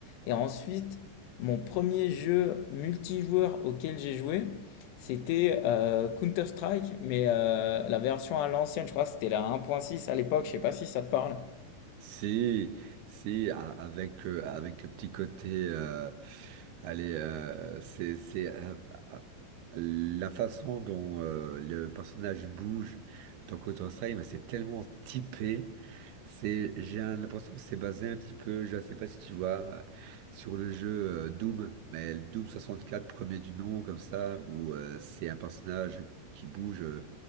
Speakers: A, on the left; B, on the right.
A: Et ensuite, mon premier jeu multijoueur auquel j'ai joué, c'était euh, Counter-Strike, mais euh, la version à l'ancienne, je crois que c'était la un point six à l'époque, je sais pas si ça te parle.
B: Si, si, a- avec, euh, avec le petit côté, euh, allez, euh, c'est, c'est, euh, euh, la façon dont euh, le personnage bouge dans Counter-Strike, mais c'est tellement typé. C'est, j'ai un- l'impression que c'est basé un petit peu, je ne sais pas si tu vois, euh, sur le jeu euh, Doom, mais le Doom quatre premier du nom, comme ça, où euh, c'est un personnage qui bouge. euh,